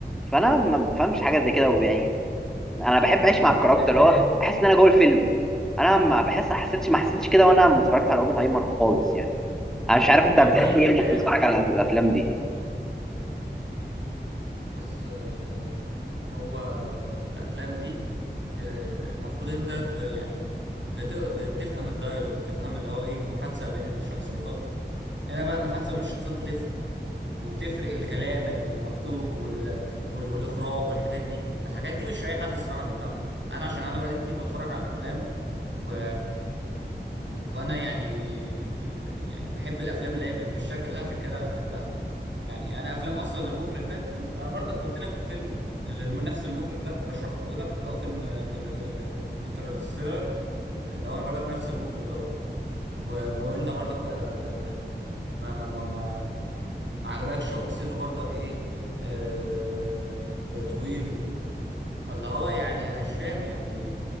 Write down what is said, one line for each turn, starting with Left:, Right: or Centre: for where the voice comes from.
Centre: فانا ما بفهمش حاجه زي كده يعني انا بحب اعيش مع الكاركتر
Right: نه.
Centre: اللي هو احس ان انا جوه الفيلم انا ما بحس ما حسيتش ما حسيتش كده وانا ما اتفرجت على اوبنهايمر خالص يعني انا مش عارف انت
Right: يا عم
Centre: بتحس
Right: هي دي
Centre: ايه
Right: الحياة
Centre: انك بتتفرج على الافلام دي
Right: بص آه، هو الافلام دي آه، آه، المفروض انت ت- يعني بت- بتفهم الدايلوج بتفهم اللي هو ايه المحادثة بين الشخصيات هنا بقى المحادثة بين الشخصيات بتفرق وبتفرق الكلام اللي بيبقى مكتوب وال... وال... والاخراج والحاجات دي فالحاجات دي مش اي حد الصراحه بيفهمها يعني انا عشان انا بقالي كتير بتفرج على الافلام و... وانا يعني يعني بحب الافلام اللي هي بال- بالشكل ده عشان كده انا بحبها يعني انا افلام اصلا المخرج ده انا برضك قلت لك فيلم لنفس المخرج ده رشحته لك اللي هو فيلم انتر انترستيلر اللي هو برضك نفس المخرج ده برضه و... وانت برضك آه، ما ما ما, ما ما عجبكش وحسيته برضك ايه آه آه، طويل فاللي هو يعني انا مش فاهم يعني